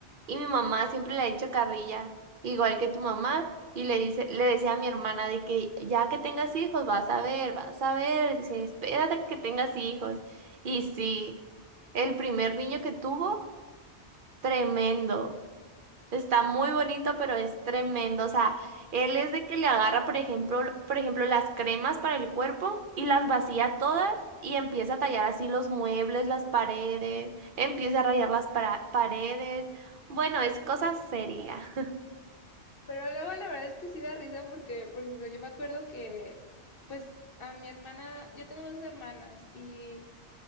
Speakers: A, on the right; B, on the left.
A: Y mi mamá siempre le ha hecho carrilla, igual que tu mamá, y le dice, le decía a mi hermana de que ya que tengas hijos, vas a ver, vas a ver, dice, espérate que tengas hijos. Y sí, el primer niño que tuvo, tremendo. Está muy bonito, pero es tremendo. O sea, él es de que le agarra, por ejemplo, l- por ejemplo, las cremas para el cuerpo y las vacía todas y empieza a tallar así los muebles, las paredes, empieza a rayar las para- paredes. Bueno, es cosa seria.
B: Pero luego la verdad es que sí da risa porque, por ejemplo, yo me acuerdo que, pues, a mi hermana, yo tengo dos hermanas y